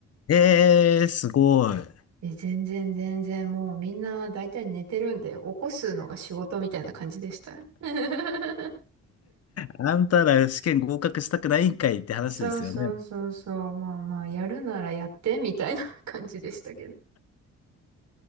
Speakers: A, on the left; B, on the right.
A: ええー、すごい。
B: え全然全然もうみんな大体寝てるんで、起こすのが仕事みたいな感じでした。<laughs>
A: あんたら試験合格したくないんかいって話ですよね。
B: そうそうそうそう。まあまあ、やるならやってみたいな <laughs> 感じでしたけど。